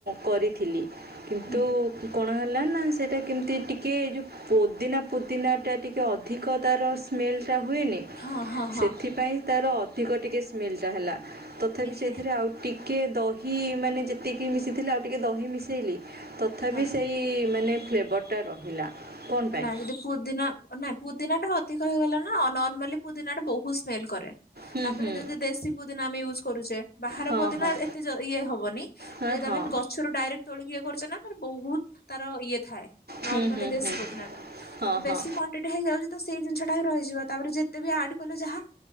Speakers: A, on the right; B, on the left.
A: କରିଥିଲି କିନ୍ତୁ
B: ହୁଁ
A: କଣ ହେଲା ନା ସେଇଟା କେମିତି ଟିକେ ଏ ଯୋଉ ପୋଦିନା ପୋଦିନାଟା ଟିକେ ଅଧିକ ତାର ସ୍ମେଲଟା ହୁଏନି
B: ହଁ ହଁ
A: ସେଥିପାଇଁ
B: ହଁ
A: ତାର ଅଧିକ ଟିକେ ସ୍ମେଲଟା ହେଲା ତଥାପି
B: ଏ
A: ସେଇଥିରେ
B: ହେ
A: ଆଉ ଟିକେ ଦହି ମାନେ ଯେତିକି ମିଶିଥିଲେ ଆଉ ଟିକେ ଦହି ମିଶେଇଲି ତ ଥାପି
B: ହଁ।
A: ସେଇ ମାନେ ଫ୍ଲେବର୍ ଟା ରହିଲା। କ'ଣ ପାଇଁ
B: ନା ଯଦି ପୁଦିନା ନାଁ ପୁଦିନା ଟା ଅଧିକ ହେଇଗଲା ନା ନର୍ମାଲି ପୁଦିନା ଟା ବୋହୁତ ସ୍ମେଲ କରେ।
A: ହୁଁ
B: ତାପରେ
A: ହୁଁ
B: ଯଦି ଦେଶୀ ପୁଦିନା ଆମେ ୟୁଜ୍ କରୁଚେ ବାହାର
A: ହଁ
B: ପୋଦିନା
A: ହଁ
B: ଏତେ ଜ ଇଏ ହବନି। <unintelligible>
A: ହଁ ହଁ
B: ଛ ରୁ ଡାଇରେକ୍ଟ ତୋଳିକି ଇଏ କରୁଚେ ନା ତାର ବହୁତ ତାର ଇଏ ଥାଏ
A: ହୁଁ
B: ନର୍ମାଲି
A: ହୁଁ
B: ଦେଶୀ
A: ହୁଁ
B: ପୋ ଦିନା ଟା
A: ହଁ
B: ଯଦି
A: ହଁ
B: ବେଶୀ କ୍ୱାଣ୍ଟିଟି ହେଇଯାଉଚି ତ ସେଇ ଜିନିଷଟା ହି ରହିଯିବ ତାପରେ ଯେତେ ବି ଆଡ କଲେ ଯାହା